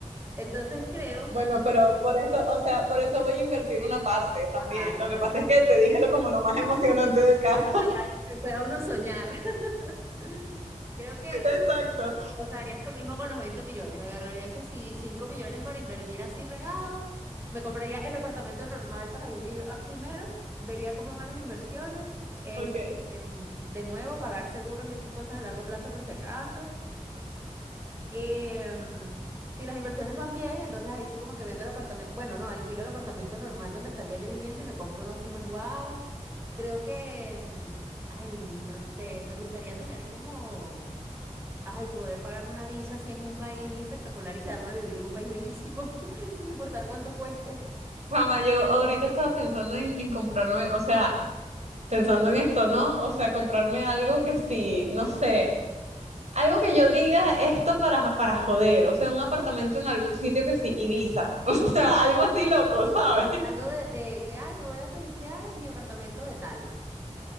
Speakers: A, on the right (about 20°); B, on the right (about 60°).
A: Entonces creo,
B: Bueno, pero por eso, o sea, por eso voy a invertir una parte también.
A: Ajá,
B: Lo
A: es
B: que
A: verdad,
B: pasa es que
A: es verdad.
B: te dije lo como lo más emocionante del caso.
A: es verdad, que pueda uno soñar. <laughs> Creo que,
B: <laughs> Exacto.
A: o sea, haría lo mismo con los 20 millones. Agarraría que si 5 millones para invertir así regado, me compraría el apartamento normal para vivir ah, primero, vería cómo van las inversiones, este,
B: Ok.
A: em, de nuevo, pagar seguros y esas cosas a largo plazo por si acaso. Em, si las inversiones van bien, entonces ahí sí como que vendo el apartamento, bueno, no, alquilo el apartamento normal donde estaría yo viviendo y me compro uno así más guau. Creo que, em, ay, no sé, me gustaría tener como, ay, poder pagarme una visa así en un país espectacular y quedarme a vivir en un país bellísimo, <laughs> sin importar cuánto cueste.
B: Jamás, yo ahorita estaba pensando en, en comprarme, o sea, pensando en esto, ¿no? O sea, comprarme algo que sí, no sé, algo que yo diga esto para, para joder, o sea, un apartamento en algún sitio que sí, Ibiza, <laughs> o sea, algo así loco, ¿sabes?
A: Algo de, de que, ay, me voy a turistear en mi apartamento de tal.